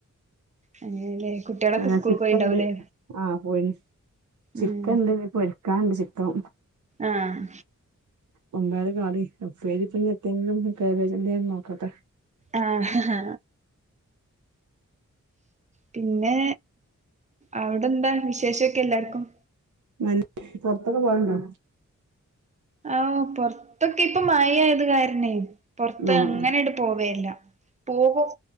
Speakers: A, on the right; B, on the right.
A: അങ്ങനല്ലേ കുട്ട്യാളൊക്കെ
B: പിന്നെ
A: സ്കൂൾക്ക്‌
B: ചിക്കൻണ്ട്
A: പോയിണ്ടാവുലേ
B: ആഹ് പോയിണ് ചിക്കൻ
A: ഉം
B: ഇണ്ട് ഇനി പൊരിക്കാൻ ഇണ്ട് ചിക്കൻ
A: ആഹ്
B: വമ്പയർ കാളി ഉപ്പേരി ഇപ്പൊ ഇനി എത്തിയെങ്കിലും കേബേജിൻ്റെ നോക്കട്ടെ
A: ആഹ് പിന്നേ അവിടെ എന്താ വിശേഷൊക്കെ എല്ലാർക്കും
B: നല്ല പൊറത്തൊക്കെ പോവലുണ്ടാ
A: ഓ പൊറത്തൊക്കെ ഇപ്പം മയയായത് കാരണെ പൊറത്ത്
B: ആഹ്
A: അങ്ങനണ്ട് പോവേ ഇല്ല പോവും